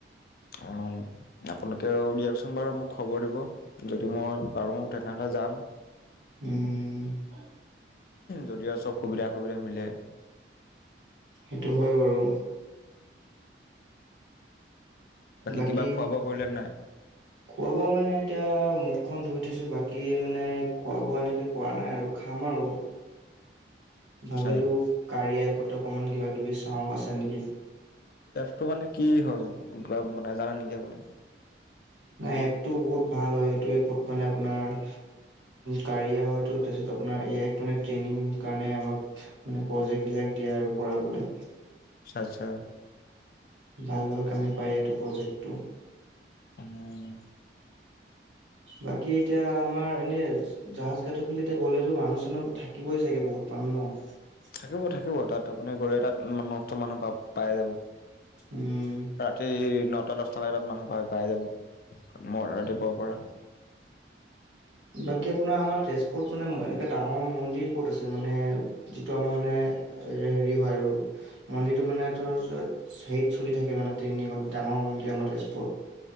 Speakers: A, on the left (about 50°); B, on the right (about 85°).
A: অঁ আপোনালোকে উলিয়াওকচোন বাৰু মোক খবৰ দিব যদি মই পাৰোঁ তেনেহ'লে যাম
B: উম হম
A: যদি আৰু চব সুবিধা সুবিধা মিলে
B: সেইটো হয় বাৰু বাকী
A: কিবা খোৱা বোৱা কৰিলে নাই
B: খোৱা বোৱা মানে এতিয়া মুখখন ধুই উঠিছো বাকী মানে খোৱা বোৱা এনেকে কৰা নাই আৰু খাম আৰু
A: আচ্ছা,
B: ভাবিলো কাৰি আই পত্ৰকমান কিবা বি চাওঁ আছে নেকি
A: টো মানে কি হয় কিবা মানে জানে নেকি আপুনি?
B: হয় এপটো বহুত ভাল হয় এইটো এপট মানে আপোনাৰ ও কাৰিয়াৰ হয়টো তাৰপিছত আপোনাৰ এয়াইক ট্ৰেনিং কাৰণে আমাক মানে প্ৰজেক্ট বিলাক দিয়ে আৰু কৰাবলৈ
A: আটচ্ছা আটচ্ছা
B: ভাল ভাল কামে পায় এইটো প্ৰজেক্টটো
A: উম
B: বাকী এতিয়া আমাৰ এনে জাহাজ কাটৰ ফি এতিয়া গ'লেতো মানুহ চানো থাকিবই চাগে বহুত মানুহ ন
A: থাকিব থাকিব তাত আপুনি গলে তাত মষ্ট মানুহ পাই যাব
B: উম
A: ৰাতি ন চলাই তাত মানুহ পাই যাব মই ৰাতিপুৱাৰ পৰা
B: বাকী আপোনাৰ আমাৰ তেজপুৰত মানে এনেকে ডাঙৰ মন্দিৰ ক'ত আছে মানে যিটো আমাৰ মানে হেৰি হয় আৰু মন্দিৰটো মানে ধৰ হেৰিত চলি থাকে মানে ট্ৰেন্ডিঙত ডাঙৰ মন্দিৰ আমাৰ তেজপুৰত